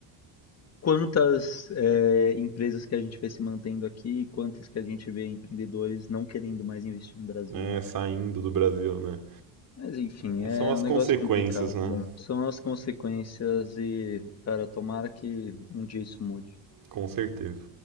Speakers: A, on the left; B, on the right.
A: quantas é, empresas que a gente vê se mantendo aqui, quantas que a gente vê empreendedores não querendo mais investir no Brasil,
B: É,
A: né,
B: saindo
A: cara?
B: do Brasil, né?
A: Mas enfim,
B: É,
A: é
B: são as
A: é um
B: consequências,
A: negócio complicado,
B: né?
A: né? São as consequências e, cara, tomara que um dia isso mude.
B: Com certeza.